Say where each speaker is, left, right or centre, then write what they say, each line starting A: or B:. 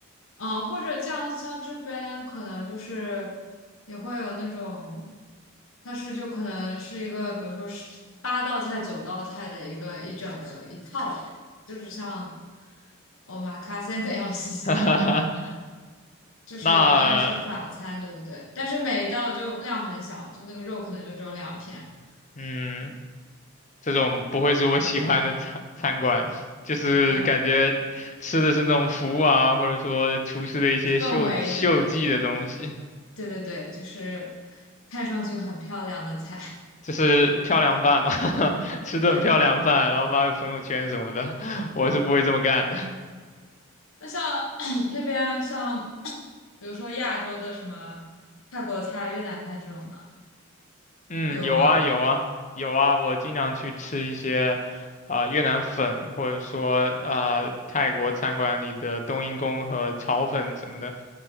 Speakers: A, on the left; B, on the left.
A: 嗯，或者像像这边可能就是也会有那种，它是就可能是一个，比如说是八道菜、九道菜的一个一整个一套，就是像 omakase 那样 <laughs> 细细的。
B: <laughs>
A: 就是但然是法餐，
B: 那
A: 对对对，但是每一道就量很小，就那个肉可能就只有两片，
B: 嗯，这种不会是我喜欢的餐餐馆，就是感觉吃的是那种服务啊，
A: 嗯，
B: 或者说厨师的一些秀秀技的东西，
A: 氛围，对对对，对对对，就是看上去很漂亮的菜，
B: 就是漂亮饭嘛，<laughs>
A: <laughs>
B: 吃顿漂亮饭，
A: 对。
B: 然后发个朋友圈什么的，<laughs> 我是不会这么干的。
A: 那像 <clears throat> 那边像比如说亚洲的什么泰国菜、越南菜这种的，
B: 嗯，
A: 有吗？
B: 有啊有啊有啊，我经常去吃一些啊、越南粉，或者说啊泰国餐馆里的冬阴功和炒粉什么的，